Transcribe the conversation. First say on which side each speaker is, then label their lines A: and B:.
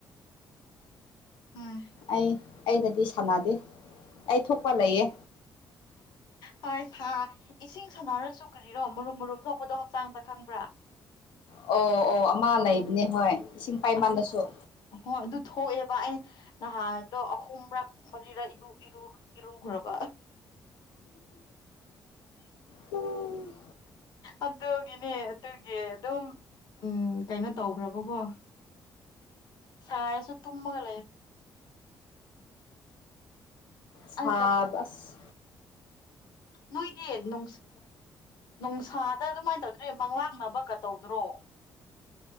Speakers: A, on the left (about 65°); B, on the left (about 80°).
A: ꯎꯝ
B: ꯑꯩ ꯑꯩꯅꯗꯤ ꯁꯥꯟꯅꯗꯦ ꯑꯩ ꯊꯣꯛꯄ ꯂꯩꯌꯦ
A: ꯍ ꯁꯥ ꯏꯁꯤꯡ ꯁꯥꯟꯅꯔꯁꯨ ꯀꯔꯤꯔꯣ ꯃꯔꯨꯝ ꯃꯔꯨꯝ ꯊꯣꯛꯄꯗꯣ ꯍꯛꯆꯥꯡꯗ ꯈꯪꯕ꯭ꯔꯥ
B: ꯑꯣ ꯑꯣ ꯑꯃ ꯂꯩꯕꯅꯦ ꯍꯣꯏ ꯏꯁꯤꯡ ꯄꯥꯏꯃꯥꯟꯗꯁꯨ
A: ꯑꯗꯨ ꯍꯣꯏ ꯑꯗꯨ ꯊꯣꯛꯑꯦꯕ ꯑꯩ ꯅꯍꯥꯟꯗꯣ ꯑꯍꯨꯝꯔꯛ ꯃꯔꯤꯔ ꯏꯔꯨꯈ꯭ꯔꯕ
B: ꯎꯝ
A: ꯑꯗꯨꯒꯤꯅꯦ ꯑꯗꯨꯒꯤ ꯑꯗꯨꯝ ꯎꯝ ꯀꯩꯅꯣ ꯇꯧꯈ꯭ꯔꯕꯀꯣ ꯆꯁꯨ ꯇꯨꯃꯒ
B: ꯁꯥꯥꯕꯁ
A: ꯑꯁ ꯅꯣꯏꯒꯦ ꯅ ꯅ ꯊꯥꯗ ꯑꯗꯨꯃꯥꯏꯅ ꯇꯧꯗ꯭ꯔꯔꯤ ꯃꯪꯂꯥꯛꯅꯕ ꯀ ꯇꯧꯗ꯭ꯔꯣ